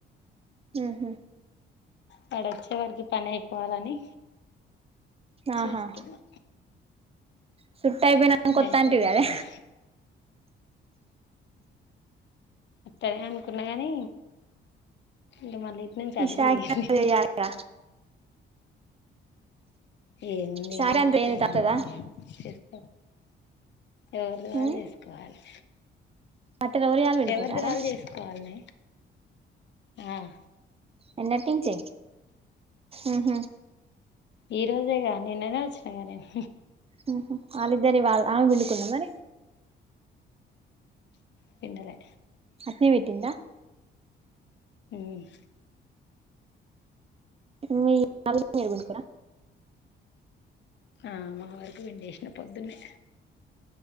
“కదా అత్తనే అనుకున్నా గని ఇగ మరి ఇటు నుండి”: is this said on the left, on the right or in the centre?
Left